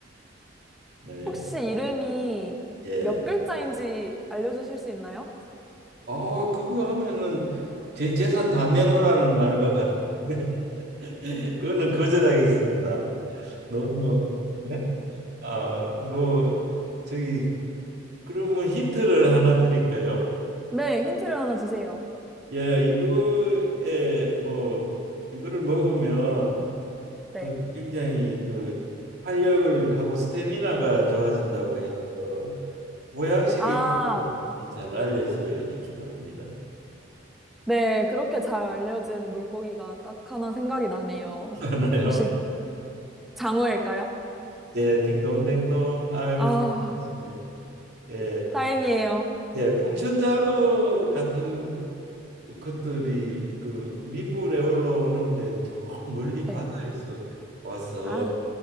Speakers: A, on the right (about 55°); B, in the centre.
A: 네.
B: 혹시 이름이
A: 예.
B: 몇 글자인지 알려주실 수 있나요?
A: 어, 그거 하면은 제 재산 다 내놓으라는 말과 같. <laughs> 그거는 거절하겠습니다. 너무 네. 아, 뭐 저기 그럼 뭐 힌트를 하나 드릴까요?
B: <laughs> 네, 힌트를 하나 주세요.
A: 예, 이거에 뭐 이거를 먹으면
B: 네.
A: 그 굉장히 그 활력을 하고 스태미나가 좋아진다고 해서 보양식이
B: 아,
A: 잘 알려져 있기도 합니다.
B: 네. 그렇게 잘 알려진 물고기가 딱 하나 생각이 나네요.
A: <laughs> 하나요?
B: 혹시 장어일까요?
A: 예, 딩동댕동. 아이고
B: 아,
A: 잘 드시네요. 예,
B: 다행이에요.
A: 예, 풍천장어 같은 그 것들이 그 민물에 올라오는데 저 <laughs> 멀리
B: 네.
A: 바다에서 와서
B: 아,